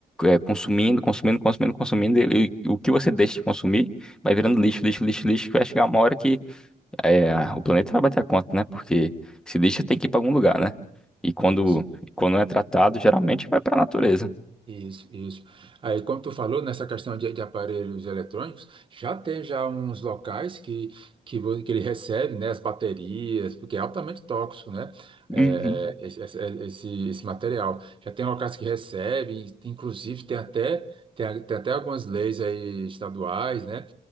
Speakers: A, in the centre; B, on the right.
A: é, consumindo, consumindo, consumindo, consumindo, e, e o que você deixa de consumir vai virando lixo, lixo, lixo, lixo, que vai chegar uma hora que é, o planeta vai bater a conta, né? Porque se lixo tem que ir para algum lugar, né? E quando,
B: isso.
A: e quando é tratado, geralmente vai para a natureza.
B: Isso, isso. Aí, como tu falou, nessa questão de, de aparelhos eletrônicos, já tem já uns locais que, que, vo- que ele recebe, né, as baterias, porque é altamente tóxico, né, é,
A: Uhum.
B: é, esse, esse, é, esse- esse material. Já tem locais que recebem, inclusive tem até, tem, a- tem até algumas leis aí estaduais, né,